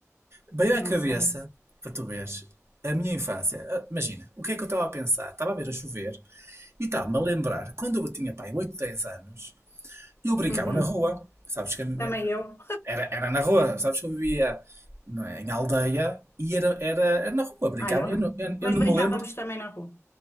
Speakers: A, on the right; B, on the left.
A: Veio à
B: não
A: cabeça,
B: sei.
A: para tu veres, a minha infância. Ah, Imagina, o que é que eu estava a pensar? Estava a ver a chover e estava-me a lembrar quando eu tinha, pai, 8 10 anos. Eu brincava
B: Uhum,
A: na rua, sabes que a me-
B: Também eu.
A: era, era na rua, sabes que eu vivia não é, em aldeia e era, era, era na rua, brincava.
B: Ah, eu não.
A: Eu não, eu,
B: Mas
A: eu não
B: brincávamos
A: me lembro.
B: também na rua.